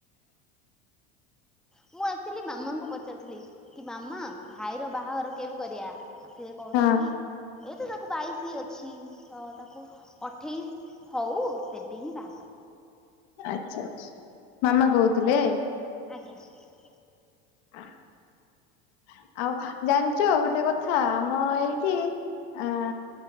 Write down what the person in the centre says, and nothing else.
ମୁଁ ଆକ୍ଚୁଆଲି ମାମାଙ୍କୁ ପଚାରୁଥିଲି କି ମାମା ଭାଇର ବାହାଘର କେବେ କରିବା? ସେ କହୁଥିଲେ
କି? ଏ ତ ତାକୁ ବାଇଶି ଅଛି, ତ ତାକୁ ଅଠେଇଶି ହଉ ସେବେ ହିଁ ବାହାଘର।
ଆଜ୍ଞା।